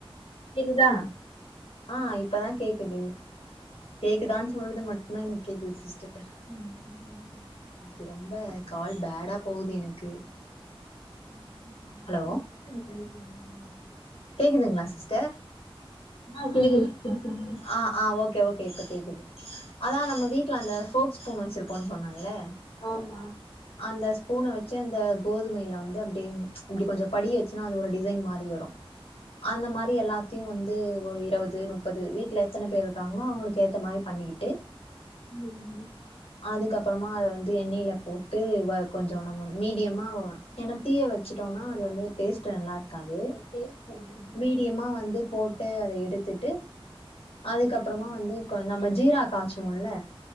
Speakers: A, on the left; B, on the left.
A: கேக்குதா
B: ஆ இப்பே தா கேக்குது கேக்குதான்னு சொல்றது மட் தா எனக்கு கேக்குது சிஸ்டர்
A: எல்லாத்தியூ கோளுங்க
B: இன்னிக்கு ரொம்ப கால் பேடா போவ்து எனக்கு
A: ம் ம் ம்
B: ஹலோ
A: சரி சரி விடுங்க
B: கேக்குதுங்களா சிஸ்டர்
A: ஆ கேக்குது <unintelligible>
B: ஆ ஆ ஓகே ஓகே இப்ப கேக்குது அதா நம்ம வீட்ல அந்த போக்ஸ் ஸ்பூன் வெச்சிருப்போம் சொன்னல
A: ஆமா
B: அந்த ஸ்புன வெச்சு அந்த கோதுமையில வந்து அப்டின் இப்பிடி கொஞ்சோ படிய சினா அது ஒரு டிசைன் மாரி வரு அந்த மாதிரி எல்லாத்தியு வந்து ஒரு இருவது முப்பது வீட் ட்ல எத்தன பேரு இருக்காங்களோ அவுங்குளுக்கு ஏத்த மாரி பண்ணிக்கிட்டு
A: இங்கே இருந்து
B: அதுக் அப்புறமா அத வந்து எண்ணெயில போட்டு வ கொஞ்சோ நம்ம மீடியம்மா ஏன்னா தீய வெச்சிட்டோனா அது வந்து டேஸ்ட் நல்லா இருக்காது
A: ஸ்டேட் வர்ராதுங்க
B: மீடியம்மா வந்து போட்டு அத எடுத்துட்டு அதுக்கப்புறமா வந்து கொ நம்ம ஜீரா காய்ச்சுவோல